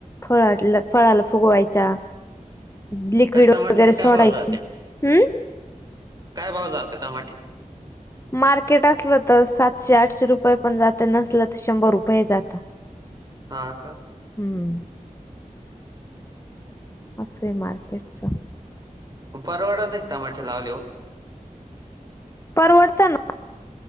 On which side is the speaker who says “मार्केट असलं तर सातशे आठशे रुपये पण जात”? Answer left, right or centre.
Left